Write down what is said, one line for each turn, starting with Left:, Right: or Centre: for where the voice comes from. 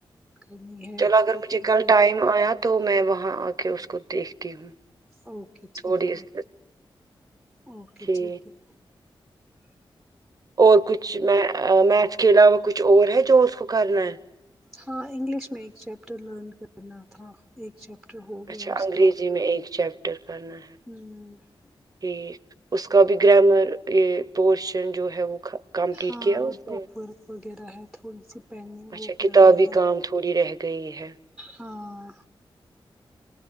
Centre: کرنی ہے
Right: چلو اگر مجھے
Centre: کیکہ ایک
Right: کل ٹائم آیا تو میں وہاں آ کے اس کو دیکھتی ہوں
Centre: اوکے ٹھیک
Right: تھوڑی اس-
Centre: ہے اوکے
Right: جی
Centre: ٹھیک ہے
Right: اور کچھ میتھس کے علاوہ کچھ اور ہے جو اس کو کرنا ہے
Centre: ہاں انگلش میں ایک چیپٹر لرن کرنا تھا ایک چیپٹر ہو گیا
Right: اچھا
Centre: اس
Right: انگریزی
Centre: کا
Right: میں ایک چیپٹر فکر کرنا ہے
Centre: ہوں
Right: جی اس کا بھی گرامر یہ پورشن جو ہے وہ کمپلیٹ
Centre: ہاں
Right: کیا
Centre: اور
Right: اس نے
Centre: بک ورک وغیرہ ہے تھوڑی سی پینڈنگ
Right: اچھا
Centre: وہ کرانی
Right: کتابی
Centre: ہے
Right: کام تھوڑی رہ گئی ہے
Centre: ہاں